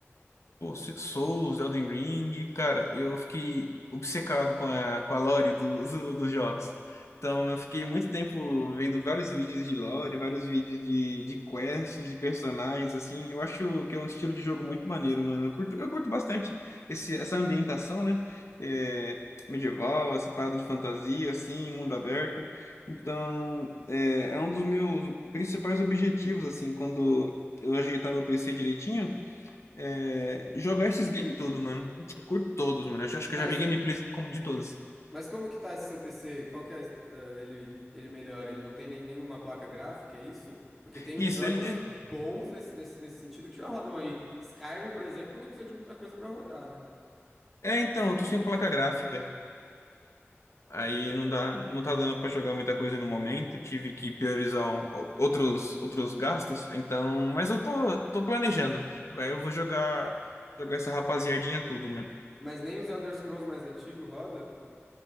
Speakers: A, on the left (about 75°); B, in the centre.
A: Pô, Se- Souls, Elden Ring, cara, eu fiquei obcecado com a, com a lore do, do- dos jogos. Então, eu fiquei muito tempo vendo vários vídeos de lore, vários vídeos de, de quests, de personagens, assim. Eu acho que é um estilo de jogo muito maneiro, mano. Eu curto, eu curto bastante esse, essa ambientação, né? É, medieval, essa parada de fantasia, assim, mundo aberto. Então, é, é um dos meus principais objetivos, assim, quando eu ajeitar meu PC direitinho é, jogar esses games tudo mano. Eu curto todos, mano. Eu já- acho que
B: Mas
A: eu já vi gameplays com- de todos.
B: Mas como que tá esse seu PC? Qual que é, eh, ele, ele melhora? Ele não tem nem, nenhuma placa gráfica, é isso? Porque tem
A: Isso,
B: uns jogos
A: ele.
B: bons nesse, nesse, nesse sentido que já rodam aí. Skyrim, por exemplo, não precisa de muita coisa pra rodar, né?
A: É, é, então, eu tô sem placa gráfica.
B: Bota
A: Aí
B: fé.
A: não dá, não tá dando pra jogar muita coisa no momento. Tive que priorizar um- o- outros, outros gastos. Então, mas eu tô, tô planejando. Aí eu vou jogar, jogar essa rapaziadinha tudo, mano.
B: Mas nem os Elder Scrolls mais antigos roda?